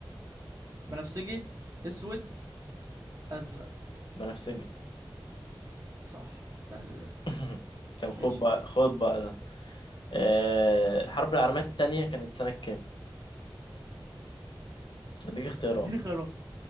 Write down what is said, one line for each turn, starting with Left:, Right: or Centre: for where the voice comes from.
Right: بنفسجي اسود ازرق
Left: بنفسجي
Right: صح سهل ده يا اسطى
Left: <laughs> طب خد
Right: ماشي
Left: بقى خد بقى ده آه، الحرب العالمية التانية كانت سنة كام؟ أديك اختيارات
Right: اديني خيارات